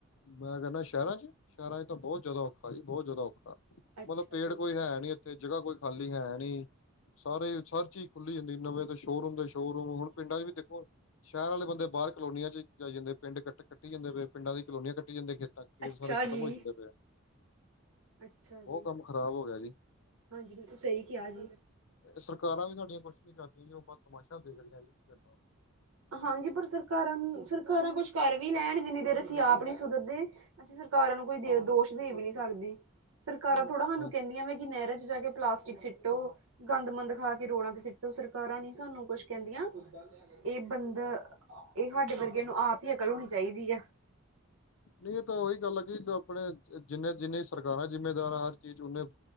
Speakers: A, on the left (about 65°); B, on the right (about 80°).
A: ਮੈਂ ਕਹਿੰਨਾ ਸ਼ਹਿਰਾਂ 'ਚ ਸ਼ਹਿਰਾਂ ਚ ਤਾਂ ਬਹੁਤ ਜ਼ਿਆਦਾ ਔਖਾ ਜੀ, ਬਹੁਤ ਜ਼ਿਆਦਾ ਔਖਾ।
B: ਅੱਛਾ
A: ਮਤਲਬ ਪੇੜ
B: ਜੀ
A: ਕੋਈ ਹੈ ਨੀ ਇੱਥੇ, ਜਗ੍ਹਾ ਕੋਈ ਖਾਲੀ ਹੈ ਨੀ। ਸਾਰੇ ਹਰ ਚੀਜ਼ ਖੁੱਲੀ ਜਾਂਦੀ ਨਵੇਂ ਤੇ ਸ਼ੋਅਰੂਮ ਦੇ ਸ਼ੋਰੂਮ, ਹੁਣ ਪਿੰਡਾਂ ਚ ਵੀ ਦੇਖੋ ਸ਼ਹਿਰ ਵਾਲੇ ਬੰਦੇ ਬਾਹਰ ਕਲੋਨੀਆਂ ਚ ਜਾਈ ਜਾਂਦੇ, ਪਿੰਡ ਕੱ ਕੱਟੀ ਜਾਂਦੇ ਪਿੰਡਾਂ ਦੀ ਕਲੋਨੀਆਂ ਕੱਟੀ ਜਾਂਦੇ ਖੇਤਾਂ ਚ। ਖੇਤ
B: ਅੱਛਾ
A: ਸਾਰੇ ਖਤਮ
B: ਜੀ
A: ਹੋ ਜਾਂਦੇ ਪਏ ਆ।
B: ਅੱਛਾ
A: ਬਹੁਤ
B: ਜੀ!
A: ਕੰਮ ਖ਼ਰਾਬ ਹੋ ਗਿਆ ਜੀ
B: ਹਾਂਜੀ, ਬਿਲਕੁ ਸਹੀ ਕਿਹਾ ਜੀ।
A: ਸਰਕਾਰਾਂ ਵੀ ਸਾਡੀਆਂ ਕੁਛ ਨੀ ਕਰਦੀਆਂ ਜੀ, ਓ ਬਸ ਤਮਾਸ਼ਾ ਦੇਖ ਰਹੀਆਂ ਕਰਨਾ।
B: ਹਾਂਜੀ, ਪਰ ਸਰਕਾਰਾਂ ਨੂੰ ਸਰਕਾਰਾਂ ਕੁਛ ਘਰ ਵੀ ਲੈਣ ਜਿੰਨੀ ਦੇਰ ਅਸੀਂ ਆਪ ਨੀ ਸੁਧਰਦੇ ਅਸੀਂ ਸਰਕਾਰਾਂ ਨੂੰ ਕੋਈ ਦੇ ਦੋਸ਼ ਦੇ ਵੀ ਨੀ ਸਕਦੇ, ਸਰਕਾਰਾਂ ਥੋੜਾ ਸਾਨੂੰ
A: ਹਾਂ
B: ਕਹਿੰਦੀਆਂ ਵੀ ਕਿ ਨਹਿਰਾਂ ਚ ਜਾ ਕੇ ਪਲਾਸਟਿਕ ਸਿੱਟੋ। ਗੰਦ -ਮੰੰਦ ਖਾ ਕੇ ਰੋੜਾਂ ਤੇ ਸਿੱਟੋ, ਸਰਕਾਰਾਂ ਨੀ ਸਾਨੂੰ ਕੁਛ ਕਹਿੰਦੀਆਂ ਇਹ ਬੰਦਾ ਇਹ ਹਾਡੇ ਵਰਗੇ ਨੂੰ ਆਪ ਹੀ ਅਕਲ ਹੋਣੀ ਚਾਹੀਦੀ ਐ।
A: ਨਹੀਂ ਇਹ ਤਾਂ ਉਹੀ ਗੱਲ ਆ ਜੀ ਕਿ ਆਪਣੇ ਜਿੰਨੇ- ਜਿੰਨੇ ਸਰਕਾਰਾਂ ਜਿੰਮੇਦਾਰਾਂ ਹਰ ਚੀਜ਼ ਚ ਉਨੇ-